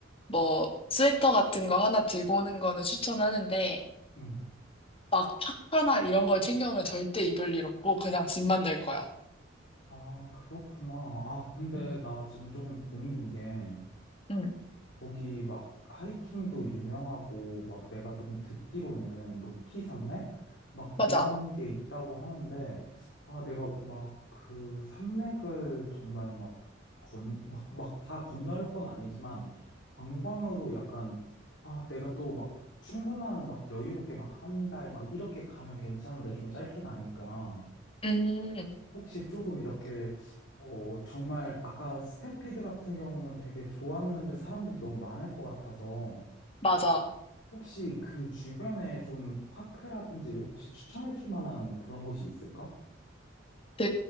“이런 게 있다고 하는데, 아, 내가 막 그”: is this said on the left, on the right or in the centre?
Left